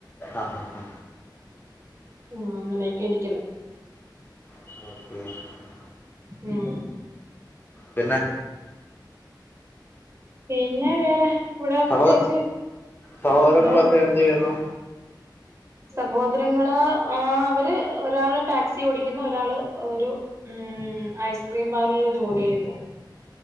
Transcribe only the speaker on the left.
ആഹ് ഹാ ഹാ
<unintelligible>
പിന്നെ?
സഹോ
സഹോരങ്ങളക്കെ
എന്ത് യ്യുന്നു?